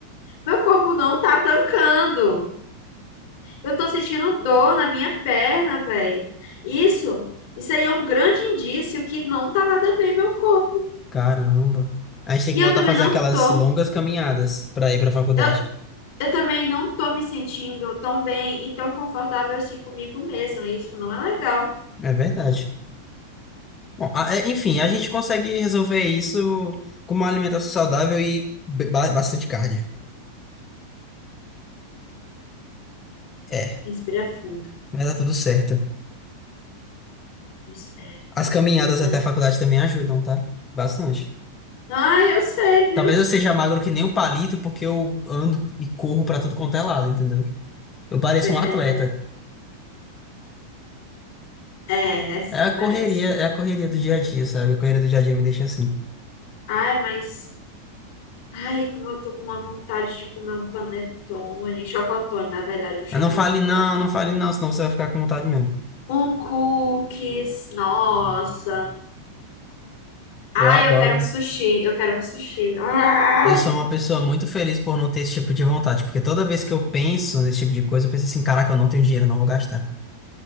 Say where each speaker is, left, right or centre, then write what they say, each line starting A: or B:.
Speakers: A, on the left; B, on the left.
A: meu corpo não tá tancando. Eu tô sentindo dor na minha perna, velho. Isso, isso aí é um grande indício que não tá nada bem meu corpo.
B: Caramba. A gente tem
A: E
B: que voltar
A: eu também
B: a fazer
A: não
B: aquelas
A: tô.
B: longas caminhadas pra ir pra faculdade.
A: Eu, eu também não tô me sentindo tão bem e tão confortável assim comigo mesma. Isso não é legal.
B: É verdade. Bom, a- é, enfim, a gente consegue resolver isso com uma alimentação saudável e ba- bastante cardio. É,
A: Respira fundo.
B: mas dá tudo certo.
A: Eu espero.
B: As caminhadas
A: Né?
B: até a faculdade também ajudam, tá? Bastante.
A: Ai, eu sei, viu?
B: Talvez eu seja magro que nem um palito, porque eu ando e corro pra tudo quanto é lado, entendeu? Eu pareço
A: Tô entendendo.
B: um atleta.
A: É, é assim,
B: É a
A: parece.
B: correria, é a correria do dia a dia, sabe? A correria do dia a dia me deixa assim.
A: Ai, mas. Ai, como eu tô com uma vontade de comer um panetone. um Chocotone, na verdade, um chocotone.
B: Mas não fale não, não fale não, senão você vai ficar com vontade mesmo.
A: Um cookies. Nossa. Ai,
B: Eu adoro.
A: eu quero um sushi. Eu quero um sushi. Ah,
B: Eu sou uma pessoa muito feliz por não ter esse tipo de vontade, porque toda vez que eu penso nesse tipo de coisa, eu penso assim, caraca, eu não tenho dinheiro, eu não vou gastar.